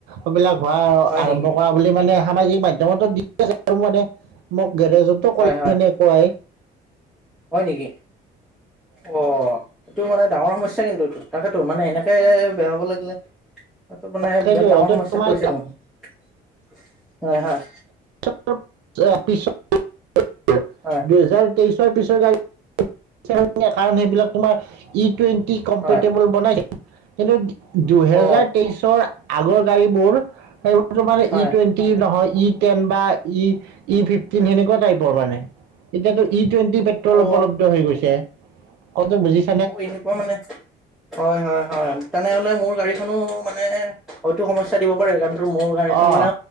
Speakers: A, on the right (about 85°); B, in the centre.
A: এইবিলাক হোৱাৰ
B: হয়
A: আৰম্ভ
B: নেকি
A: কৰা বুলি মানে সামাজিক মাধ্যমতো দি <unintelligible> মানে, মোক গেৰেজটো ক'লে
B: হয়
A: <unintelligible>
B: হয়
A: এনেকুৱাই।
B: হয় নেকি, অ'। এইটো মানে ডাঙৰ সমস্যা কিন্তু এটো, তাকেতো মানে এনেকে বেয়া হ'ব লাগিলে এইটো মানে
A: সেইটো
B: বিৰাট ডাঙৰ সমস্যাত
A: তোমাৰ
B: পৰিছে, <unintelligible> হয়-হয়।
A: <unintelligible> পিছত <unintelligible>
B: হয়।
A: দুহেজাৰ তেইছৰ পিছত আৰু <unintelligible> কাৰন সেইবিলাক তোমাৰ ই টুৱেণ্টি কম্পেটেবল
B: হয়
A: বনাইছে, কিন্তু দুহেজাৰ
B: অ
A: তেইছৰ আগৰ গাড়ীবোৰ, সেইবোৰ তোমাৰ ই
B: হয়
A: টুৱেন টি নহয়, ই টেন বা ই-ই ফিফটিন সেনেকুৱা টাইপৰ মানে, এতিয়াটো ই টুৱেণ্টি পেট্ৰ'ল
B: অ
A: উপলব্ধ হৈ গৈছে, কতো বুজিছ
B: অ', <unintelligible> <unintelligible> মানে, হয় হয়-হয়, তেনেহ'লে মোৰ গাড়ীখনো মানে, হয়তো সম স্যা দিব পাৰে, কাৰণতো মোৰ গাড়ীখন
A: অ',
B: মানে